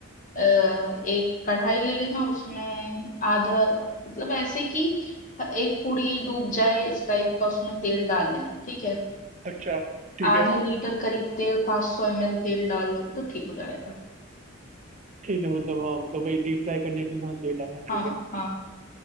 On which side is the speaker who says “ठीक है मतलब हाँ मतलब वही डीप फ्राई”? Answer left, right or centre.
Right